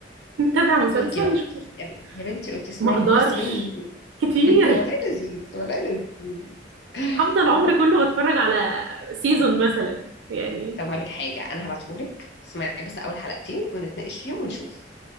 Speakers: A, on the right; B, on the left.
A: نتابع مسلسل
B: تركي بقى
A: نشوف مسلسل.
B: تركي. يا بنتي يا بنتي قلت اسمعي
A: ما اقدرش
B: بس مني
A: كتير
B: <laughs> والله لذيذ والله لذيذ
A: هفضل عمري
B: الله
A: كله بتفرج على سيزون مثلا يعني
B: طب هقول لك حاجه انا هبعتهولك اسمعي بس اول حلقتين ونتناقش فيهم ونشوف